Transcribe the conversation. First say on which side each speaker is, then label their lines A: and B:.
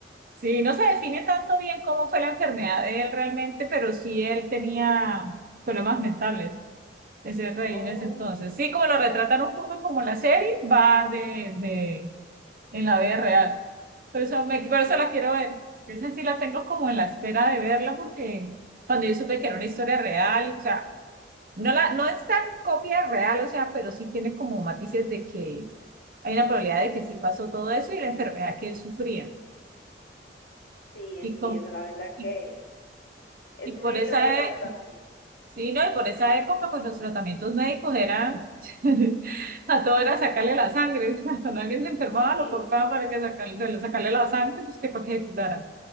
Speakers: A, on the right; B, on the left.
A: Sí, no se define tanto bien cómo fue la enfermedad de él realmente, pero sí él tenía problemas mentales, ese rey
B: Oh,
A: en ese entonces. Sí, como lo retratan un poco como la serie, va de, de, en la vida real. Por eso, me, por eso
B: sí,
A: la quiero ver. Esa sí la tengo como en la espera de verla, porque cuando yo supe que era una historia real, o sea, No, la, no es tan copia real, o sea, pero sí tiene como matices de que hay una probabilidad de que sí pasó todo eso y la enfermedad que él sufría.
B: sí, entiendo,
A: Y, con,
B: la verdad
A: y,
B: que es
A: y
B: muy
A: por
B: interesante
A: esa, e-
B: también.
A: sí, ¿no? Y por esa época, pues los tratamientos médicos eran, <laughs> a todo era sacarle la sangre. <laughs> Cuando alguien se enfermaba,
B: Sí.
A: lo cortaba para que sacarle, se lo sacarle la sangre, pues que para que ejecutara.